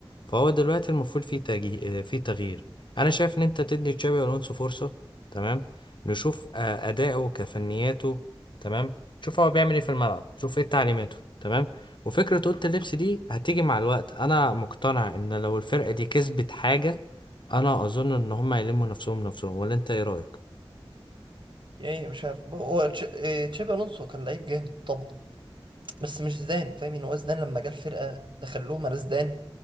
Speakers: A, on the left; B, on the right.
A: فهو دلوقتي المفروض فيه تجي... فيه تغيير انا شايف ان انت تدي تشابي الونسو فرصه تمام نشوف آه، أداؤه كفنياته تمام نشوف هو بيعمل إيه في الملعب نشوف إيه تعليماته تمام وفكرة أوضة اللبس دي هتيجي مع الوقت أنا مقتنع إن لو الفرقة دي كسبت حاجة أنا أظن إن هما يلموا نفسهم نفسهم ولا أنت إيه رأيك؟
B: يعني مش عارف هو تش... إيه، تشابي الونسو كان لعيب جامد طبعا بس مش زيدان فاهم يعني هو زيدان لما جه الفرقه دخل لهم على زيدان